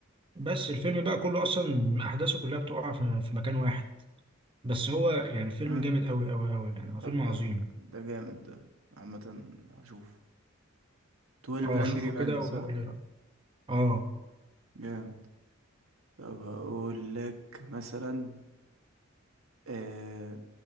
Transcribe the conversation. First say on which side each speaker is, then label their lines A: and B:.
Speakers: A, on the right; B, on the right.
A: بس الفيلم بقى كله أصلا أحداثه كلها بتقع في في مكان واحد بس هو يعني فيلم
B: اه
A: جامد قوي قوي قوي يعني هو
B: طب
A: فيلم
B: ده
A: عظيم
B: ده جامد ده عامة هشوف 12
A: اه
B: Angry
A: اشوفه كده
B: Men
A: وبقول
B: صح
A: لي رأيي اه
B: جامد طب هقول لك مثلا آه...